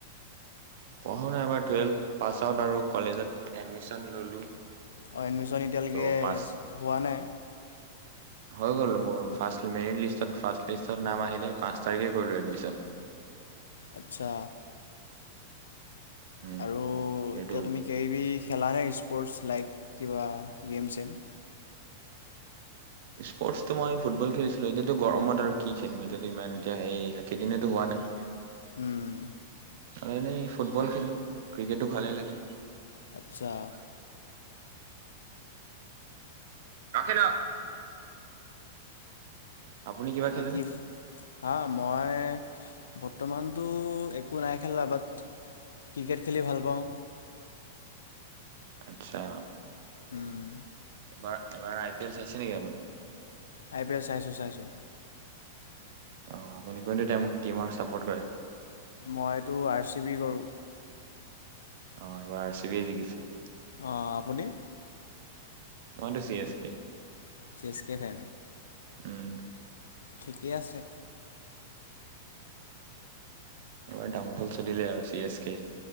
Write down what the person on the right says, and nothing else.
পঢ়ো নাইবাৰ টুৱেলভ পাছ আউট আৰু কলেজত এডমিশন ল'লো।
ত' পাছ
হৈ গ'ল মোৰ ফাৰ্ষ্ট মেৰিট লিষ্টত ফাৰ্ষ্ট লিষ্টত নাম আহিলে পাঁচ তাৰিখে কৰিলোঁ এডমিশন।
উম
এইটো
স্পৰ্টছটো মই ফুটবল খেলিছিলো এতিয়াতো গৰমত আৰু কি খেলিম এতিয়াতো ইমান এতিয়া সেই কেইদিনো হোৱা নাই।
আৰু এনেই ফুটবল খেলো। ক্ৰিকেটো ভালেই লাগে।
ৰাখে ন আপুনি কিবা খেলেনে?
আত্ছা
এবাৰ, এবাৰ আই পি এল চাইছে নেকি আপুনি।
অ আপুনি কোনটো টিম চাপৰ্ট কৰে।
অ এবাৰ আৰ চি বি য়ে জিকিছে।
মইতো C S K.
উম,
এবাৰ ডাউনফল চলিলে আৰু চি এছ কে।